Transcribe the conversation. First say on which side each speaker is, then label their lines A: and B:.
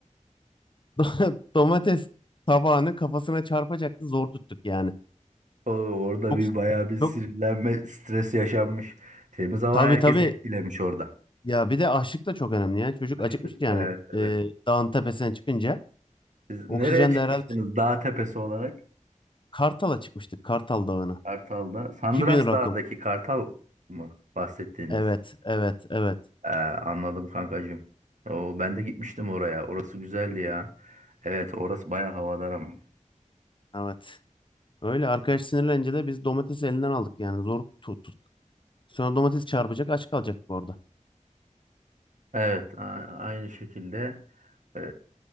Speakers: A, on the left (about 40°); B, on the right (about 65°).
A: <laughs> domates tabağını kafasına çarpacaktı. Zor tuttuk yani.
B: O- Orada
A: Çok,
B: bir bayağı bir
A: çok
B: sinirlenme, stres yaşanmış. Temiz hava
A: tabii
B: herkesi
A: tabii
B: etkilemiş orada.
A: ya bir de açlık da çok önemli yani. Çocuk
B: Taşlık.
A: acıkmış yani
B: Evet evet.
A: ee, dağın tepesine çıkınca.
B: Siz
A: Oksijen
B: nereye çıkmıştınız
A: de herhalde
B: dağ tepesi olarak?
A: Kartal'a çıkmıştık. Kartal Dağı'na.
B: Kartal'da. Sandras
A: 2000 rakım.
B: Dağı'ndaki Kartal mı bahsettiğiniz?
A: Evet, evet, evet,
B: Ee, anladım kankacığım. O, ben de gitmiştim oraya. Orası güzeldi ya. Evet orası baya havadar ama.
A: evet. Öyle arkadaş sinirlenince de biz domatesi elinden aldık yani zor tuttuk. Sonra domates çarpacak aç kalacaktık orada.
B: Evet a- aynı şekilde e,